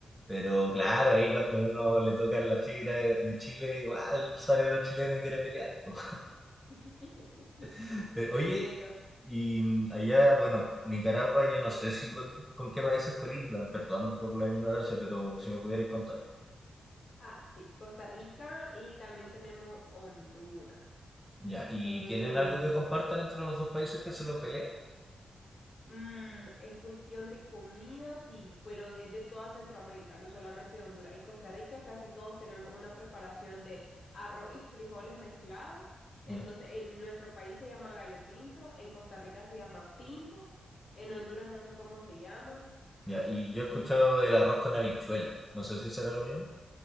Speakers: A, in the centre; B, on the left.
A: Pero claro, ahí cuando uno le toca la fibra de, de Chile, igual sale los chilenos y quiere pelear. po.
B: <laughs>
A: <laughs> Pero
B: Sí, te
A: oye,
B: entiendo.
A: y mm, allá, bueno, Nicaragua, yo no sé si colin- con qué países colinda, perdón por la ignorancia, pero si me pudierais contar.
B: Ah, sí, Costa Rica y también tenemos Honduras.
A: Ya, ¿y
B: Em,
A: tienen algo que compartan entre los dos países que se lo peleen?
B: Mm, en cuestión de comida, sí, pero es de toda Centroamérica, no solamente de Honduras y Costa Rica, casi todos tenemos una preparación de arroz y frijoles mezclados. Entonces,
A: Ya,
B: en nuestro país se llama gallo pinto, en Costa Rica se llama pinto, en Honduras no sé cómo se llama.
A: ya, y yo he escuchado
B: Y, y-
A: del arroz con habichuela. No sé si será lo mismo.